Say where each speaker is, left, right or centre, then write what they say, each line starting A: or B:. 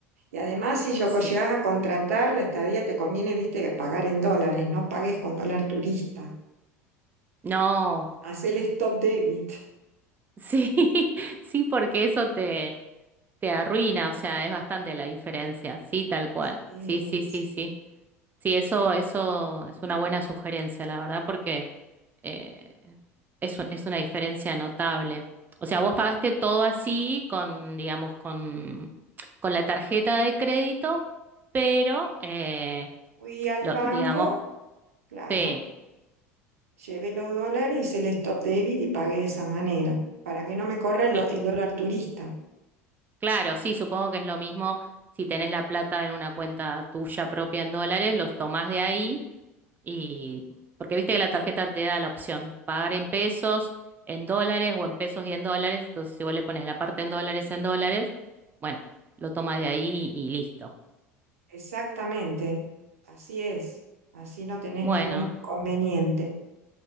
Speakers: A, on the right (about 70°); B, on the right (about 25°).
A: Y además, si yo
B: sí.
A: co- llegas a contratar la estadía, te conviene, viste, pagar en dólares, no pagues con dólar turista.
B: No,
A: Haz el stop debit.
B: sí, <laughs> sí, porque eso te, te arruina, o sea, es bastante la diferencia. Sí, tal cual.
A: Sí.
B: Sí, sí, sí, sí. Sí, eso, eso es una buena sugerencia, la verdad, porque eh, es un- es una diferencia notable. O sea, vos pagaste todo así con, digamos, con, con la tarjeta de crédito, pero, eh,
A: fui al
B: lo,
A: banco,
B: digamos,
A: claro.
B: sí,
A: Llevé los dólares, hice el stop debit y pagué de esa manera, para que no me corra lo-
B: cl-
A: el dólar turista.
B: claro, sí, supongo que es lo mismo si tenés la plata en una cuenta tuya propia en dólares, los tomás de ahí Y porque viste que la tarjeta te da la opción, pagar en pesos, en dólares o en pesos y en dólares. Entonces, si vos le pones la parte en dólares, en dólares, bueno, lo toma de ahí y listo.
A: Exactamente, así es, así no tenés
B: Bueno,
A: ningún inconveniente,